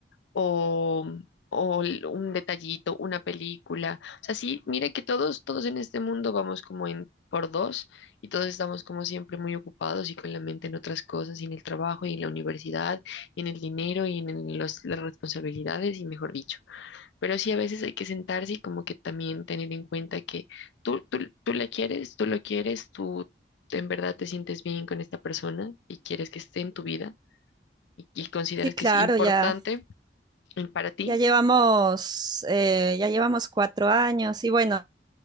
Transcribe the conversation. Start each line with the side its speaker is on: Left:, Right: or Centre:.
Left: o, o l- un detallito, una película. O sea, sí, mire que todos, todos en este mundo vamos como en por dos y todos estamos como siempre muy ocupados y con la mente en otras cosas, y en el trabajo, y en la universidad, y en el dinero, y en el- los- las responsabilidades, y mejor dicho. Pero sí, a veces hay que sentarse y como que también tener en cuenta que tú, tú, tú la quieres, tú lo quieres, tú en verdad te sientes bien con esta persona y quieres que esté en tu vida y, y consideras
Right: Sí,
Left: que
Right: claro,
Left: es importante
Right: ya,
Left: en- para ti
Right: ya llevamos, eh, ya llevamos cuatro años y bueno,